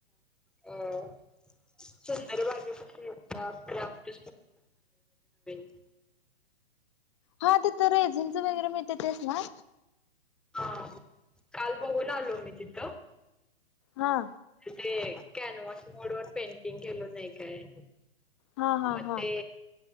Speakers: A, in the centre; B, on the left.
A: अ सुंदर बाग कसे असतात <inaudible>
B: हा ते लेझीम वगैरे मिळते तेच ना
A: हा काल बघून आलो मी तिथं
B: हां
A: ते कॅनवस मोड वर पेंटिंग केल जाय काय
B: हा हा
A: मग
B: हा
A: ते